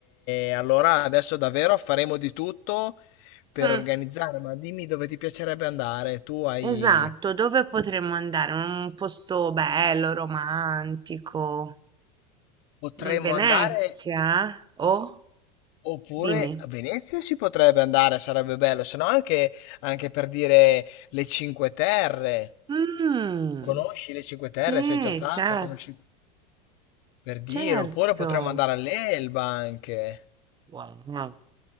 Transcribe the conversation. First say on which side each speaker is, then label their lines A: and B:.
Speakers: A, on the left; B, on the right.
A: e allora adesso davvero faremo di tutto per
B: Mm.
A: organizzare, ma dimmi dove ti piacerebbe andare. Tu hai...
B: Esatto, dove potremmo andare? Un posto bello, romantico.
A: Potremmo
B: Mm, Venezia?
A: andare
B: Oh,
A: oppure
B: dimmi.
A: a Venezia si potrebbe andare, sarebbe bello, se no anche, anche per dire le Cinque Terre.
B: Mm,
A: Conosci le Cinque
B: sì,
A: Terre? Sei già stata?
B: certo,
A: Conosci per dire?
B: certo.
A: Oppure potremmo andare all'Elba anche.
B: Wow.